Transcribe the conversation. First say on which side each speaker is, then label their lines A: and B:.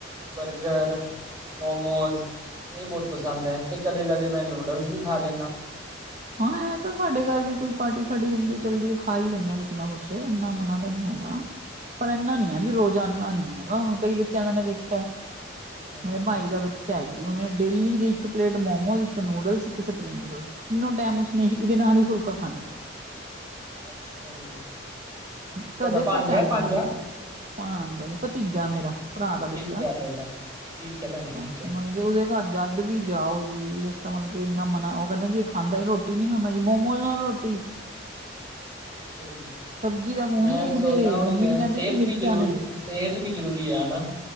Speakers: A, on the right (about 20°); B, on the right (about 35°).
A: ਬਰਗਰ ਮੋਮੋਜ ਇਹ ਬਹੁਤ ਪਸੰਦ ਐ, ਤੇ ਕਦੇ- ਕਦੇ ਮੈਂ ਨੂਡਲਜ ਵੀ ਖਾ ਲੈਂਣਾ
B: ਹਾਂ, ਐਂ ਤੇ ਸਾਡੇ ਘਰ ਵੀ ਕੋਈ ਪਾਰਟੀ- ਸ਼ਾਰਟੀ ਹੁੰਦੀ, ਚਲਦੀ ਖਾ ਹੀ ਲੈਂਦੇ ਆਂ ਕੁਛ ਨਾ ਕੁਛ, ਐਨਾ ਮਨਾ ਤਾਂ ਨੀ ਹੈਗਾ। ਪਰ ਐਨਾ ਨੀ ਐ ਵੀ ਰੋਜ਼ ਆਨਾ ਨੀ ਹੈਗਾ ਹੁਣ ਕਈ ਬੱਚਿਆਂ ਦਾ ਮੈਂ ਦੇਖਿਆ
A: ਹਾਂਜੀ।
B: ਮੇਰੇ ਭਾਈ ਦਾ ਬੱਚਾ ਐ ਜੀ, ਉਹਨੇ ਡੇਲੀ ਦੀ ਇੱਕ ਪਲੇਟ ਮੋਮੋਜ, ਇੱਕ ਨੂਡਲਜ, ਇੱਕ ਸਪਰਿੰਗ ਰੋਲ ਤਿੰਨੋਂ ਟਾਇਮ ਉਸ ਨੇ ਇਹਦੇ ਨਾਲ ਹੀ ਫੁਲਕਾ ਖਾਣਾ
A: ਅੱਛਾ ਜੀ।
B: ਕਦੇ
A: ਤੁਹਾਡਾ ਭਾਂਜਾ
B: ਤਾਂ ਚੱਲ
A: ਹੈ ਭਾਂਜਾ
B: ਜਾਂਦਾ ਐ ਭਾਣਜਾ ਨੀ, ਭਤੀਜਾ ਮੇਰਾ, ਭਰਾ ਦਾ
A: ਭਤੀਜਾ
B: ਬੱਚਾ
A: ਤੁਹਾਡਾ ਠੀਕ ਹੈ ਭੈਣੇ
B: ਪਰਸਨਲੀ
A: ਠੀਕ ਹੈ।
B: ਉਹਦੇ ਘਰ ਜਦ ਵੀ ਜਾਓ ਜੀ, ਇਸਦਾ ਮਤਲਬ ਕਿ ਇੰਨਾ ਮਨਾ ਉਹ ਕਹਿੰਦਾ ਜੀ ਖਾਂਦਾ ਰੋ ਰੋਟੀ ਨੀ ਖਾਂਦਾ ਜੀ, ਮੋਮੋਜ਼ ਨਾਲ ਰੋਟੀ
A: ਅੱਛਾ ਜੀ,
B: ਸਬਜ਼ੀ ਦਾ ਮੂੰਹ
A: ਮੈਂ
B: ਨੀ ਦੇਖਦੇ
A: ਸੋਚਦਾ ਉਹੀ
B: ਮੰਮੀ
A: ਐ,
B: ਨੂੰ ਕਹਿੰਦੇ
A: ਸਿਹਤ
B: ਕਿ ਮਿਰਚਾਂ
A: ਵੀ ਜ਼ਰੂਰ
B: ਨੇ
A: ਸਿਹਤ ਵੀ ਜ਼ਰੂਰੀ ਐ, ਹਨਾ,